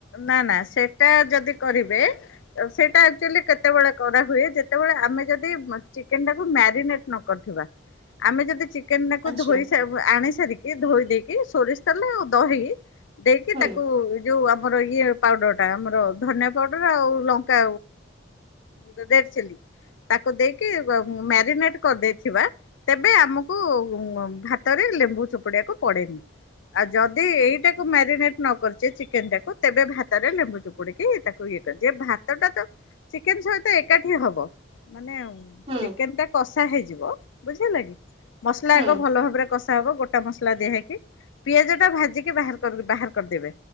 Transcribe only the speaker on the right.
ଆଚ୍ଛା
ହୁଁ
ହୁଁ
ହୁଁ